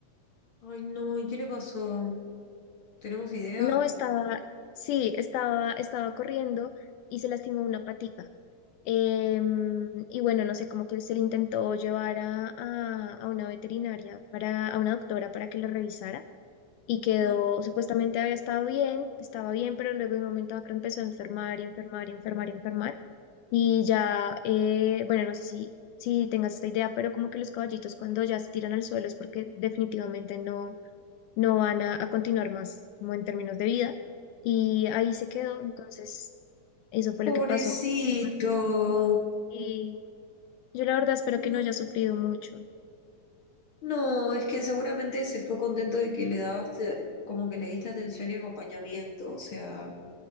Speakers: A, on the left; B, on the left.
A: Ay no, ¿y qué le pasó? ¿Tenemos idea?
B: No, estaba, sí, estaba, estaba corriendo y se lastimó una patica. Em, y bueno, no sé, como que se le intentó llevar a, a, a una veterinaria, para, a una doctora para que le revisara y quedó,
A: ¿No?
B: supuestamente había estado bien, estaba bien, pero luego de un momento a otro empezó a enfermar y enfermar y enfermar y enfermar. Y ya, eh, bueno, no sé si, si tengas esta idea, pero como que los caballitos cuando ya se tiran al suelo es porque definitivamente no, no van a, a continuar más, como en términos de vida. Y ahí se quedó, entonces eso fue
A: Pobrecito.
B: lo que pasó. Algo- Sí, yo la verdad espero
A: No,
B: que no haya sufrido mucho.
A: no, es que seguramente se fue contento de que le dabaste, como que le diste atención y acompañamiento. O sea,